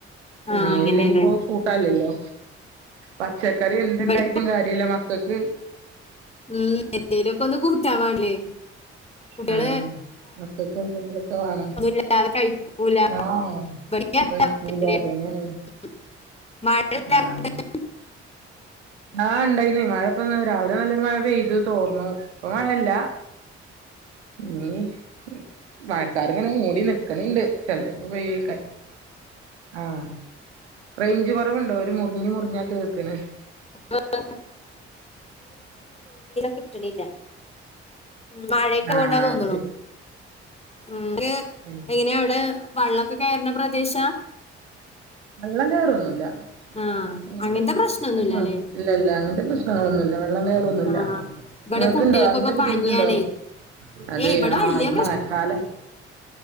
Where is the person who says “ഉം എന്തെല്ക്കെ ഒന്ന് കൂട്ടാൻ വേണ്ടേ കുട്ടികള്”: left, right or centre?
Left